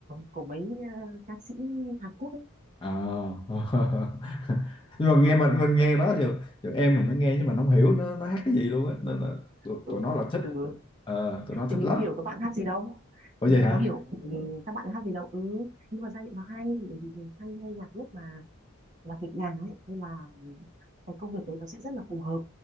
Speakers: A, on the right; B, on the left.
A: của mấy ờ, ca sĩ Hàn Quốc ấy
B: à <laughs> nhưng mà nghe mình mình nghe đó giờ, giờ em mình nó nghe chứ mình không hiểu nó nó hát cái gì luôn á nên là tụi,
A: ừ.
B: tụi nó là thích
A: ừ.
B: Ờ, tụi nó
A: thì
B: thích
A: mình
B: lắm
A: có hiểu các bạn hát gì đâu
B: ủa
A: thì
B: vậy
A: mình
B: hả
A: có hiểu ừ, các bạn hát gì đâu ừ nhưng mà giai điệu nó hay bởi vì mình hay nghe nhạc lúc mà là việc nhà ấy nên là cái công việc đấy nó sẽ rất là phù hợp